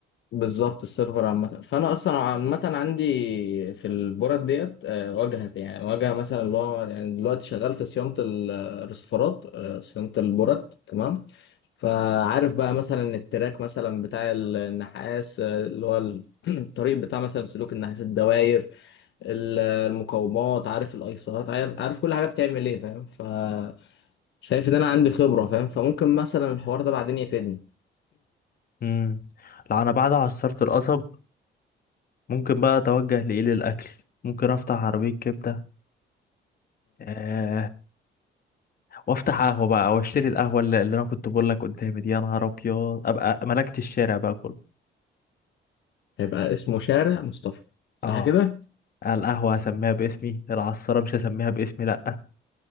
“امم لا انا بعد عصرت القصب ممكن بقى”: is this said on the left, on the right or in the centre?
Left